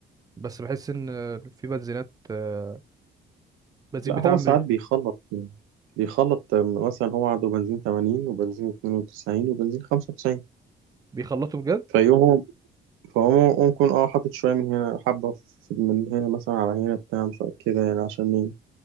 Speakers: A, on the right; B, on the right.
A: بس بحس ان في بنزينات آه، بنزين
B: لا
A: بتاعهم
B: هو ساعات
A: بي-
B: بيخلط بيخلط مثلا هو عنده بنزين 80 وبنزين 92 وبنزين 95
A: بيخلطوا بجد
B: فيقوم فهو ممكن اه حاطط شوية من هنا حبة في- من هنا مثلا على هنا بتاع مش عارف كده يعني عشان ي-